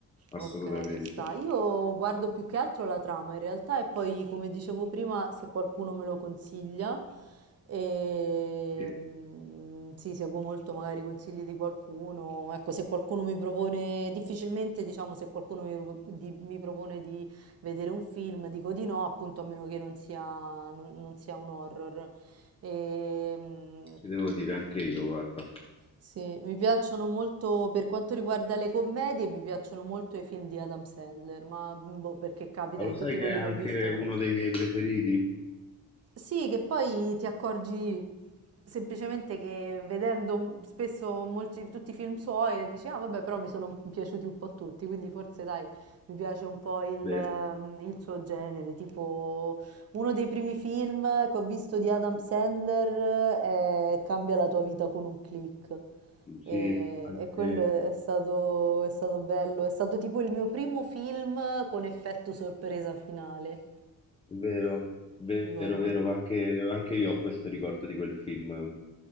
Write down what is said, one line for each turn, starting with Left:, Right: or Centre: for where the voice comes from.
Left: assolutamente.
Right: Ok, ci sta. Io guardo più che altro la trama in realtà e poi, come dicevo prima, se qualcuno me lo consiglia, e...
Left: Sì,
Right: mm, sì, seguo molto magari i consigli di qualcuno. Ecco, se qualcuno mi propone, difficilmente diciamo se qualcuno mi, pro- di- mi propone di vedere un film, dico di no, appunto a meno che non sia, non non sia un horror. E, mm,
Left: ci devo dire anche io, guarda.
Right: sì, mi piacciono molto, per quanto riguarda le commedie, mi piacciono molto i film di Adam Sandler, ma boh, perché capita
Left: Ma lo
Right: che tutti
Left: sai che
Right: quelli
Left: è anche
Right: che ho visto
Left: uno dei miei preferiti?
Right: sì, che poi ti accorgi semplicemente che vedendo spesso molti, tutti i film suoi e dici, ah vabbè, però mi sono piaciuti un po' tutti, quindi forse dai, mi piace un po' il,
Left: Vero.
Right: ehm, il suo genere, tipo uno dei primi film che ho visto di Adam Sandler eh, è Cambia la tua vita con un click.
Left: Sì,
Right: E,
Left: anche-
Right: e quello è stato, è stato bello, è stato tipo il mio primo film con effetto sorpresa finale.
Left: vero, vero,
Right: Guarda.
Left: vero, anche, anche io ho questo ricordo di quel film.